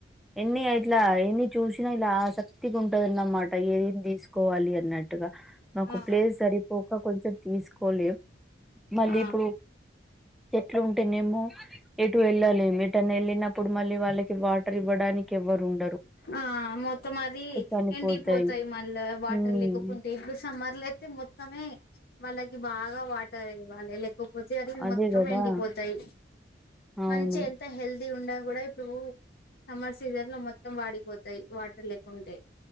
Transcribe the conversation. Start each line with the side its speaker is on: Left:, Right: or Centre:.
Centre: ఎన్ని ఇట్లా ఎన్ని చూసినా ఇలా ఆసక్తికి ఉంటదన్నన్నమాట ఏదిమి తీసుకోవాలి అన్నట్టుగా నాకు
Left: ఆ
Centre: ప్లేస్ సరిపోక కొంచెం తీసుకోలే మళ్ళీ
Left: ఆ
Centre: ఇప్పుడు చెట్లు ఉంటేనేమో ఎటు వెళ్ళలేము ఎటని వెళ్ళినప్పుడు మళ్ళీ వాళ్ళకి వాటర్ ఇవ్వడానికి ఎవ్వరు ఉ
Left: ఆ మొత్తం అది
Centre: చనిపోతాయి
Left: ఎండిపోతాయి. మళ్ళా వాటర్
Centre: ఉమ్
Left: లేకపోతే ఇప్పుడు సమ్మర్ అతే మొత్తమే వాళ్ళకి బాగా వాటర్ ఇవ్వాలి లేతే పోతే అది
Centre: అదే
Left: మొత్తం
Centre: కదా
Left: ఎండిపోతాయి
Centre: అవును
Left: మంచి ఎంత హెల్త్ ఇది ఉడా కూడా ఇప్పుడు సమ్మర్ సీజన్ లో మొత్తం వాడిపోతాయి వాటర్ లేకుంటే